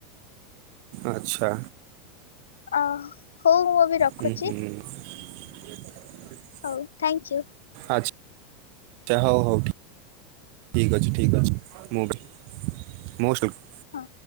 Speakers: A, on the right (about 50°); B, on the left (about 70°).
A: ଆଛା।
B: ଅ ହଉ ମୁଁ ଏବେ ରଖୁଚି।
A: ହୁଁ <inaudible>
B: ହଉ ଥ୍ୟାଙ୍କ ୟୁ।
A: ଆଛା ହଉ ହଉ ଠିକ ଠିକ୍ ଅଛି ଠିକ୍ ଅଛି ମୋ ବ ମୋଷ୍ଟ ୱଲକମ୍।
B: ହଁ।